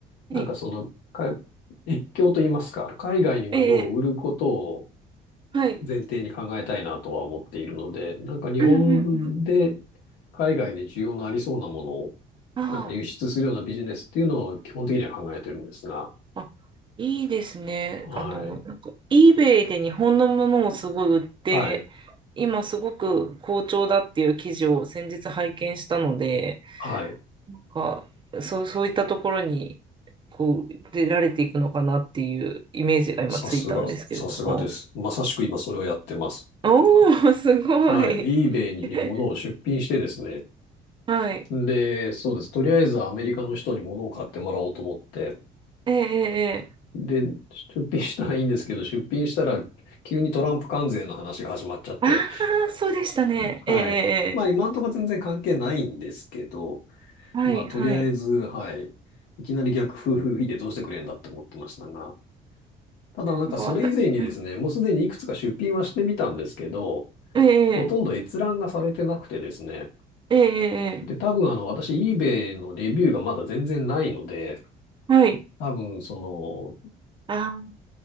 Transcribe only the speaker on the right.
はい。
ええ、はい。
うんうんうん。
あ
あ、あ、いいですね。
あの、なんか、eBay で日本のものをすごい売って、
今すごく好調だっていう記事を先日拝見したので、
なんか、そう、そういったところに、こう、出られていくのかなっていうイメージが今ついたんですけれども。
おー、すごい。
<laughs> はい。
ええ、ええ、ええ
ああー、そうでしたね。
ええ、ええ、
ええはい、
はい。
なんかわた、うん
ええ、
ええ、ええ、
え
えはい。
あ